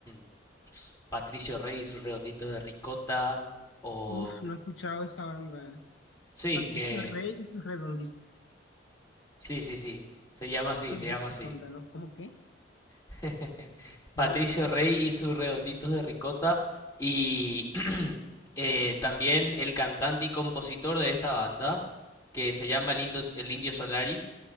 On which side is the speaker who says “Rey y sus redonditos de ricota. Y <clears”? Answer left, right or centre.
Left